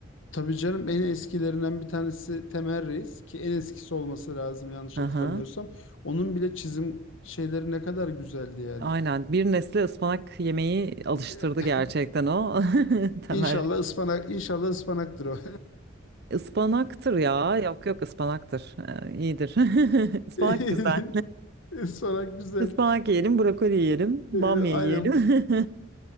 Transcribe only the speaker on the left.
Tabii canım en eskilerinden bir tanesi Temel Reis ki en eskisi olması lazım yanlış
hatırlamıyorsam.
Onun bile çizim şeyleri ne kadar güzeldi yani.
<laughs>
İnşallah ıspanak, inşallah ıspanaktır o.
<laughs>
Ispanak güzel.
Öyle aynen